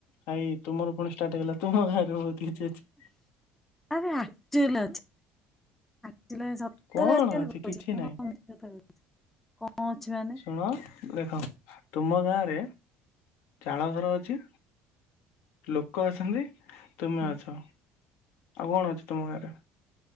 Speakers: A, on the left (about 75°); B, in the centre.
A: ଭାଇ ତୁମର ପୁଣି ଷ୍ଟାର୍ଟ ହେଇଗଲା ତୁମ ଗାଁରେ ବହୁତ କିଛି ଅଛି।
B: ଆରେ ଆକ୍ଚୄଲି ଅଛି। ଆକ୍ଚୁଲି ସତରେ
A: କଣ
B: ଆ <inaudible> ଭଲ
A: ଅଛି
B: ପାଉଛ?
A: କିଛି ନାହିଁ
B: <inaudible> କଣ ଅଛି ମାନେ
A: ଶୁଣ ଦେଖ ତୁମ ଗାଁରେ ଚାଳ ଘର ଅଛି। ଲୋକ ଅଛନ୍ତି। ତୁମେ
B: ହଁ
A: ଅଛ। ଆଉ କଣ ଅଛି ତୁମ ଗାଁରେ?